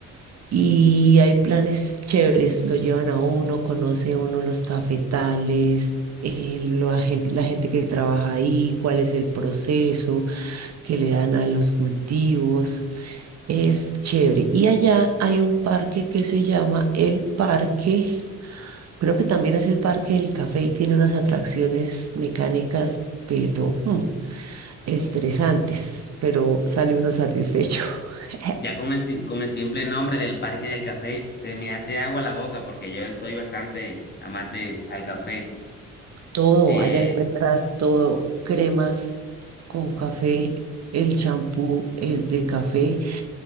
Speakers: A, on the right; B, on the left.
A: y hay planes chéveres, lo llevan a uno, conoce uno los cafetales. eh, lo- la gente, la gente que trabaja ahí, cuál es el proceso que le dan a los cultivos, es chévere. Y allá hay un parque que se llama el Parque Creo que también es el Parque del Café y tiene unas atracciones mecánicas, pero mm, estresantes, pero sale uno satisfecho. <laughs>
B: Ya con el, sim- con el simple nombre del Parque del Café se me hace agua la boca porque yo soy bastante amante al café.
A: Todo,
B: Eh,
A: allá encuentras todo, cremas con café, el champú es de café,